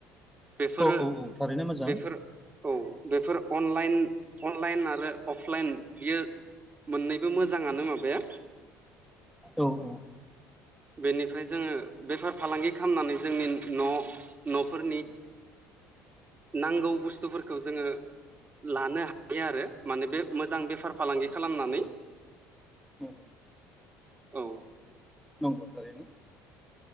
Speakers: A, on the right (about 25°); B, in the centre.
A: बेफोरो
B: औ औ औ थारैनो मोजां
A: बेफोर औ फोर अनलाइन अनलाइन आरो अफलाइन बियो मोननैबो मोजाङानो माबाया।
B: औ औ।
A: बेनिफ्राय जोङो बेफार फालांगि खालामनानै जोंनि न' न'फोरनि नांगौ बुस्थुफोरखौ जोङो लानो हायो आरो माने बे मोजां बेफार फालांगि खालामनानै।
B: औ।
A: औ।
B: नंगौ थारैनो।